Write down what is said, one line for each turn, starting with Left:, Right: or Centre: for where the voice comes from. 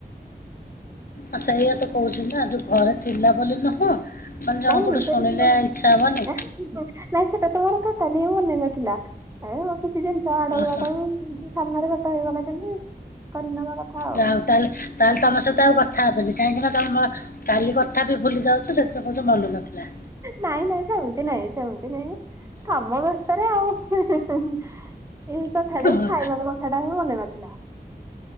Left: ଆ ସେଇଆ ତ କହୁଛି ନା ଯୋଉ ଘରେ ଥିଲା ବୋଲି ନବ। ମାନେ ଜଣଙ୍କଠୁ
Right: ନାଇଁ
Left: ଶୁଣିଲେ ଇଛା ହବନି?
Right: ନାଇଁ ସେଟାତ ମୋର ଟୋଟାଲି ହିଁ ମନେ ନଥିଲା ଏ ବସି ଟିକେ ଇନଷ୍ଟା ଆଡଉ
Left: ଓହୋ
Right: ଆଡଉ ଟିଭି ସାମ୍ନାରେ ଭେଟ ହେଇଗଲା କେମିତି କରିନବା କଥା ଆଉ।
Left: ଯାହା ହଉ ତାହେଲେ ତାହେଲେ ତମ ସହିତ ଆଉ କଥା ହେବିନି କାହିଁକିନା ତମେ ମର୍ କାଲି କଥା ବି ଭୁଲି ଯାଉଛ ସେଥିପାଇଁ କୁହୁଛ ମନ ନଥିଲା।
Right: ନାଇଁ ନାଇଁ ସେମିତି ନାଇଁ ସେମିତି ନାଇଁ କାମ ବେସ୍ତରେ ଆଉ ହେ। ହିଁ ହିଁ ଏଇ କଥାଟା
Left: ଓହୋ
Right: ଇ ଖାଇବାର କଥା ଟା ହିଁ ମନେ ନଥିଲା।